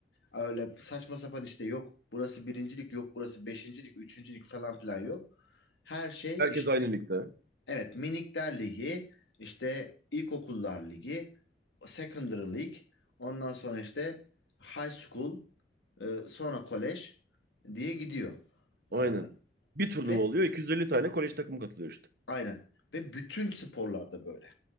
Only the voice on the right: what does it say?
Herkes
aynı ligde.
Aynen.
Bir
turnuva oluyor. 250 tane kolej takımı katılıyor işte.